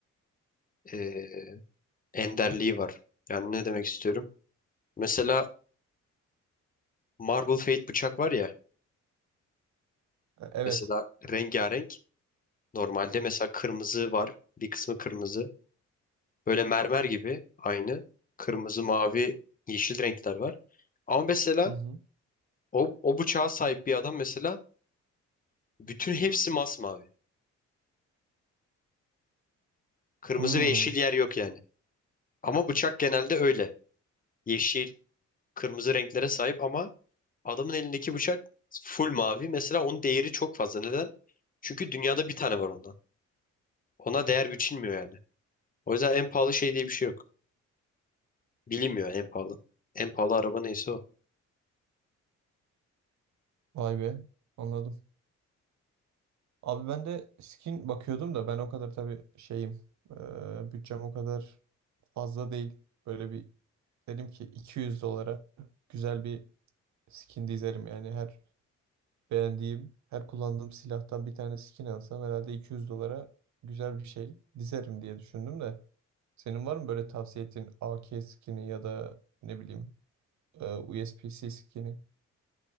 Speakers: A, on the left; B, on the right.
A: ee, enderliği var. Yani ne demek istiyorum? Mesela Marble Fate bıçak var ya.
B: E, Evet.
A: Mesela rengarenk. Normalde mesela kırmızı var. Bir kısmı kırmızı. Böyle mermer gibi aynı. Kırmızı, mavi, yeşil renkler var. Ama mesela
B: Hı hı.
A: O, o bıçağa sahip bir adam mesela bütün hepsi masmavi. Kırmızı
B: Hmm.
A: ve yeşil yer yok yani. Ama bıçak genelde öyle. Yeşil, kırmızı renklere sahip ama adamın elindeki bıçak full mavi. Mesela onun değeri çok fazla. Neden? Çünkü dünyada bir tane var ondan. Ona değer biçilmiyor yani. O yüzden en pahalı şey diye bir şey yok. Bilinmiyor en pahalı. En pahalı araba neyse o.
B: Vay be. Anladım. Abi ben de skin bakıyordum da ben o kadar tabii şeyim eee, bütçem o kadar fazla değil. Böyle bir dedim ki 200 dolara güzel bir skin dizerim. Yani her beğendiğim, her kullandığım silahtan bir tane skin alsam herhalde 200 dolara güzel bir şey dizerim diye düşündüm de. Senin var mı böyle tavsiye ettiğin AK skini ya da ne bileyim eee, C skini?